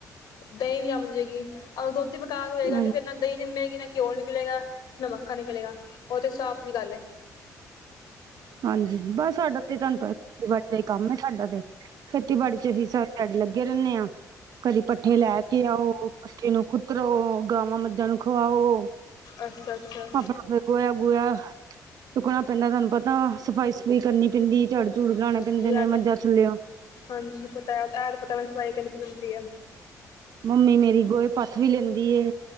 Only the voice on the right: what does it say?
ਹਾਂਜੀ
ਹਾਂਜੀ ਬਸ ਸਾਡਾ ਤੇ ਤੁਹਾਨੂੰ ਪਤਾ <inaudible> ਦਾ ਈ ਕੰਮ ਐ ਸਾਡਾ ਤੇ। ਖੇਤੀਬਾੜੀ ਚ ਅਹੀ ਸਾਰੀ ਦੇਹਾੜੀ ਲੱਗੇ ਰਹਿੰਦੇ ਆਂ, ਕਦੀ ਪੱਠੇ ਲੈ ਕੇ ਆਓ, ਪੱਠੇ ਨੂੰ ਕੁਤਰੋ, ਗਾਵਾਂ-ਮੱਝਾਂ ਨੂੰ ਖੁਆਓ।
ਆਪਣਾ ਫੇਰ ਗੋਆ-ਗੁਆ। ਚੁਕਣਾ ਪੈਂਦਾ ਤੁਹਾਨੂੰ ਪਤਾ ਵਾ। ਸਫ਼ਾਈ-ਸਫੂਈ ਕਰਨੀ ਪੈਂਦੀ, ਝਾੜੂ ਝੂੜੂ ਲਾਉਣੇ
ਪੈਂਦੇ ਨੇ
ਮੱਝਾਂ ਥੱਲਿਓ
ਮੰਮੀ ਮੇਰੀ ਗੋਹੇ ਪੱਥ ਵੀ ਲੈਂਦੀ ਐ।